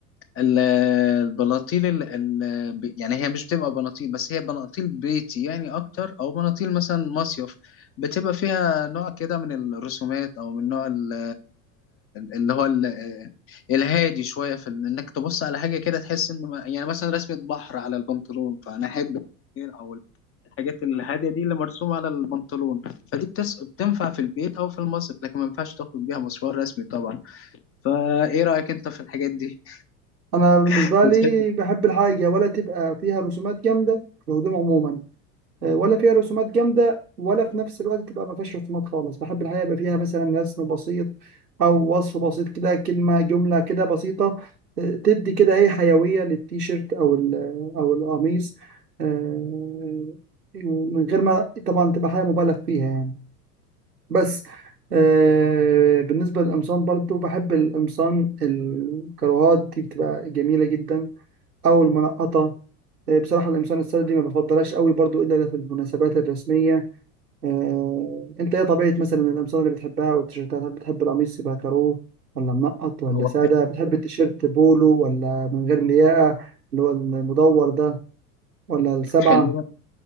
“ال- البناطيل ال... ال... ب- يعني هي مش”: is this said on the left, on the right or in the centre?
Left